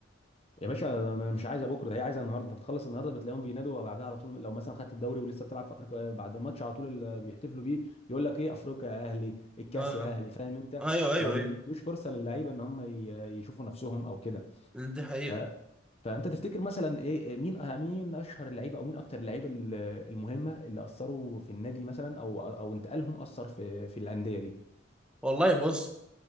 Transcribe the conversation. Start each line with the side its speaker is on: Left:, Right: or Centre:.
Left: يا باشا ده انا مش عايزه بكره ده هي عايزه النهارده انت بتخلص النهارده بتلاقيهم بينادوا بعدها على طول لو مثلا خدت الدوري ولسه بتلعب في افريقيا بعد الماتش على طول اللي بيحتفلوا بيه يقول لك ايه افريقيا يا اهلي الكاس
Centre: اه
Left: يا
Centre: اه
Left: اهلي فاهم انت
Centre: ايوه ايوه
Left: ما بيدوش
Centre: ايوه
Left: فرصه للعيبه ان هم ي- يشوفوا نفسهم او كده
Centre: دي حقيقه
Left: ف- فانت تفتكر مثلا ايه مين أه- مين اشهر اللعيبه او مين اكتر اللعيبه ال- المهمه اللي اثروا في النادي مثلا او او انتقالهم اثر في في الانديه دي
Centre: والله بص